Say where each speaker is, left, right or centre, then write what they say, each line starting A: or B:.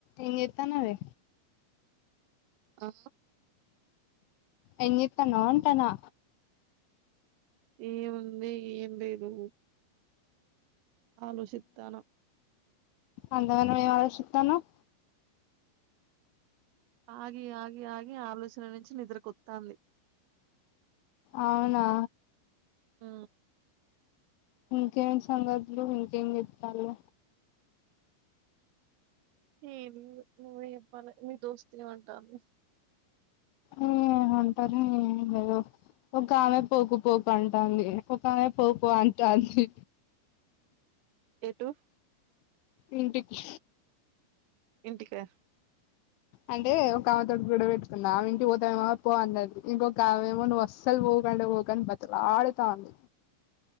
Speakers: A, on the left; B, on the right.
A: ఏం జేత్తానావే
B: ఆ
A: ఏం జేత్తానావ్ ఉంటానా
B: ఏముంది ఏం లేదు ఆలోషిత్తానా
A: అంత గనం ఏం ఆలోసిత్తానావ్
B: ఆగి ఆగి ఆగి ఆలోచన నుంచి నిద్రకొత్తాంది
A: అవునా
B: ఊ
A: ఇంకేం సంగతులు ఇంకేం జేత్తాల్లు
B: ఏం ఉంది నువ్వే చెప్పాలే మీ దోస్తు గదా అంటాంది
A: ఎమ్ ఉంటది ఇగ ఓ. ఒక ఆమె పోకుపోకు అంటంది ఒక ఆమె పోపో అంటాంది.
B: ఏటు.
A: ఇంటికీ.
B: ఇంటికా.
A: అంటే ఒక అమెతోటి గోడ వెట్టుకున్న ఆమె ఇంటికి వోతావేమో పో అన్నది ఇంకొకమే మో నువ్వు అస్సల్ ఒకంటే వొకు. కని బతిలాడ్తాంది.